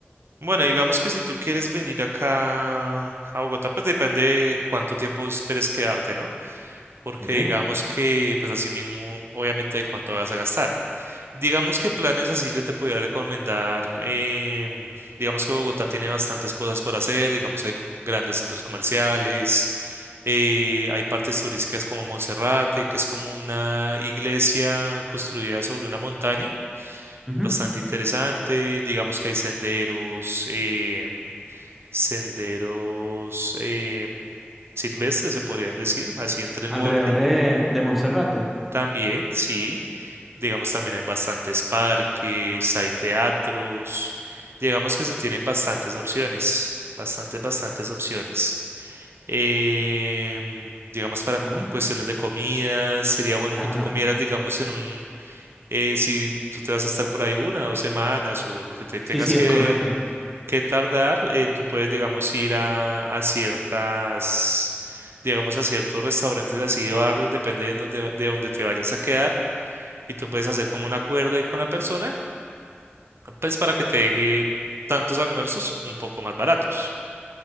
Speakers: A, on the right; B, in the centre.
A: Bueno, digamos que si tú quieres venir acá a Bogotá, pues depende de cuánto tiempo esperes quedarte, ¿no? Porque
B: ¿Ok?
A: digamos que, pues así mismo, obviamente, de cuánto vas a gastar. Digamos que planes así yo te podría recomendar, em, digamos que Bogotá tiene bastantes cosas por hacer, digamos hay grandes centros comerciales, eh, hay partes turísticas como Monserrate, que es como una iglesia construida sobre una montaña
B: Ujú.
A: bastante interesante. Digamos que hay senderos, eh, senderos eh, silvestres, se podrían decir, así entre el
B: Alrededor
A: monte.
B: de, de Monserrate.
A: También, sí. Digamos, también hay bastantes parques, hay teatros. Digamos que se tienen bastantes opciones, bastantes, bastantes opciones. Em, digamos, para cu-
B: Ujú.
A: cuestiones de comida, sería bueno
B: Ajá.
A: que tú comieras, digamos, en un eh, si tú te vas a estar por ahí una, dos semanas o lo que te
B: Sí,
A: tengas
B: sí,
A: que,
B: es correcto.
A: que tardar, eh, tú puedes, digamos, ir a, a ciertas, digamos, a ciertos restaurantes así de barrios, depende de donde, de donde te vayas a quedar, y tú puedes hacer como un acuerdo ahí con la persona, pues para que te deje tantos almuerzos un poco más baratos,